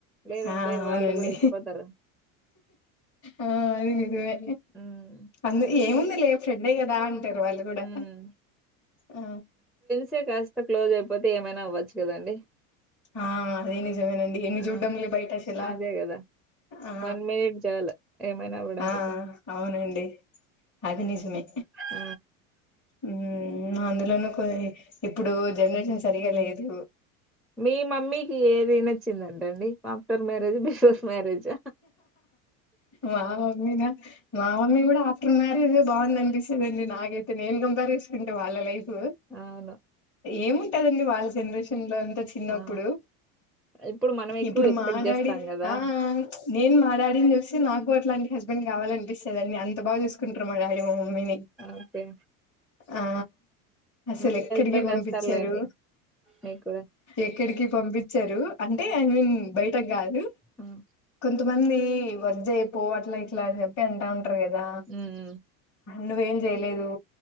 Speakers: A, in the centre; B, on the left.
A: లేదంటే
B: ఆ అవునండి
A: వాళ్ళు కూడా ఎక్కిపోతారు
B: ఆ అది నిజమే
A: ఉమ్
B: అందు ఏముంది ఫ్రెండే కద అంట వాళ్ళు కూడా
A: ఉమ్
B: ఆ
A: తె కాస్త క్లోజ్ అయిపోతే ఏమైనా అవ్వచ్చు కదండి
B: ఆ అదే నిజమేనండి ఎన్ని
A: ఆ
B: చూడ్డంలే బయట అసలా
A: అదే కదా
B: ఆ
A: వన్ మినిట్ చాలు ఏమైనా అవ్వడానికి
B: ఆ ఆ అవునండి అది నిజమే
A: ఆ
B: మ్మ్ అందులోనూ ఇప్పుడు జనరేషన్ సరిగా లేదు
A: మీ మమ్మీకి ఏది నచ్చిందంటండి ఆఫ్టర్ మ్యారేజ్ బిఫోస్ మ్యారేజ్
B: మా మమ్మీనా మా మమ్మీ కూడా ఆఫ్టర్ మ్యారేజ్ బాగుంద అనిపిస్త న నాగయితే నేను కంపేర్ చెస్ అంటే వాళ్ళలైఫ్
A: అవును
B: ఏము ఉంటదండి వాళ్ళ జనరేషన్ లో చిన్నప్పుడు
A: ఆ ఇప్పుడు మనం ఎక్కువ
B: ఇప్పుడు
A: ఎక్స్పెక్ట్
B: మా డాడీ
A: చేస్తాం కదా
B: ఆ నేను మాడాడీని చూసి నాకు అట్లాంటి హస్బెండ్ కావాల అనిపిస్తుదండి అంత బాగా చూసుకుంటారు మా డాడీ మా మమ్మీని
A: ఓకే
B: ఆ అసలు
A: మంచి
B: ఎక్కడికి
A: హస్బెండ్
B: పంపించారు
A: వస్తారులేండి మీకు కూడా
B: ఎక్కడికి పంపించారు అంటే ఐ మీన్ బయటకి కాదు
A: మ్మ్
B: కొంతమంది వర్క్ చెయ్యి పో అట్లా ఇట్లా అని చెప్పి అంటా ఉంటు కదా
A: ఉమ్
B: నువ్వేం చేయలేదు